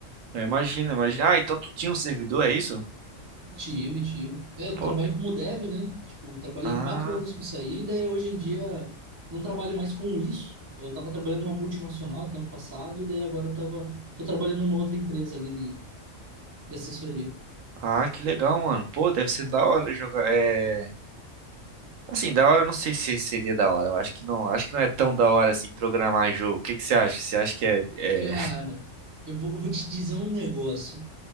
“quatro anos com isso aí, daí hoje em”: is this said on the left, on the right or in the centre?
Right